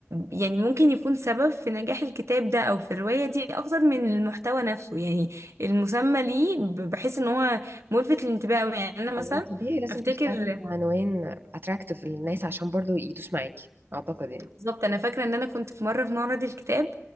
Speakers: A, on the right; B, on the right.
A: يعني ممكن يكون سبب في نجاح الكتاب ده او في الروايه دي اكتر من المحتوى نفسه يعني المسمى ليه ب- بحيث ان هو ملفت للانتباه أوي. يعني انا مثلا
B: هو طبيعي لازم
A: افتكر
B: تختاري عنوان اتراكتيف للناس عشان برضو يدوس معاكي اعتقد يعني
A: بالظبط انا فاكره ان انا كنت في مره في معرض الكتاب